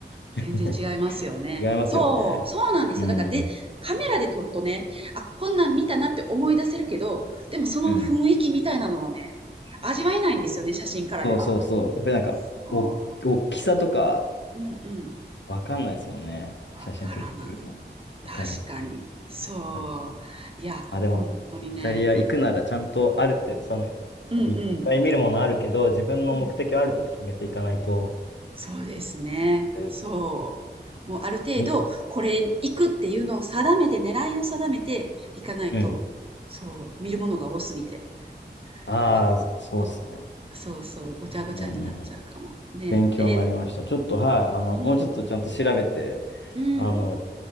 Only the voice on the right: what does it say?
全然違いますよね。
そう、そうなんですよ。
だからで、カメラで撮るとね、あ、こんなん見たなって思い出せるけど、でもその雰囲気みたいなのはね、
味わえないんですよね、写真からでは。
そう。
う。んうん。
わからない。
確かに。
そう。
いや、
本当にね。
うん。
うんうん。
うん。そうですね。
そう。もうある程度、
これ行くっていうのを定めて、狙いを定めていかないと、
そう、見るものが多すぎて。
なんか、
そうそう、ごちゃごちゃになっちゃうかも。
ねえ、
え、
うん、
うん。